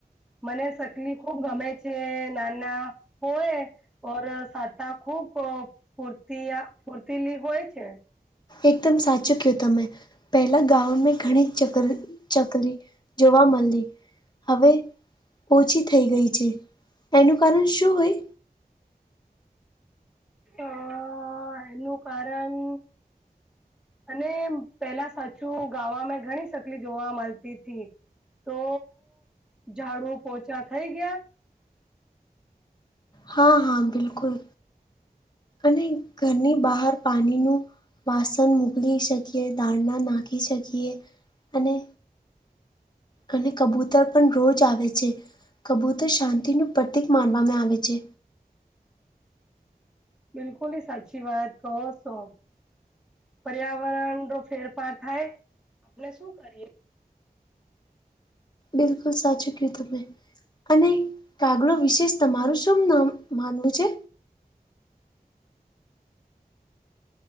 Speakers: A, in the centre; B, on the left.
A: મને શકલી ખુબ ગમે છે. નાના હોય ઓર સાતા ખુબ ફૂતી ફૂર્તીલી હોય છે.
B: એકદમ સાચું કીધું તમે. પહેલા ગામને ઘણી ચક ચકલી જોવા મળી હવે ઓછી થઈ ગઈ છે. એનું કારણ શું હોય?
A: અ એનું કારણ અને પેલા સાચું ગાવામાં ઘણી સકલી જોવા મળતી હતીથી. તો ઝાડુ પોચા થઈ ગયા
B: હા હા બિલકુલ અને ઘરની બહાર પાણીનું વાસણ મોકલી શકીએ, દાળના નાખી શકીએ અને અને કબૂતર પણ રોજ આવે છે કબૂતર શાંતિનું પ્રતિક માનવામાં આવે છે.
A: બિલકુલ હ સાચી વાત કહો છો. પર્યાવરણ નો ફેરફાર થાય આપને શું કરીએ.
B: બિલકુલ સાચું ક તમે. અને કાગલો વિશેષ તમારું શું નામ માનવું છે?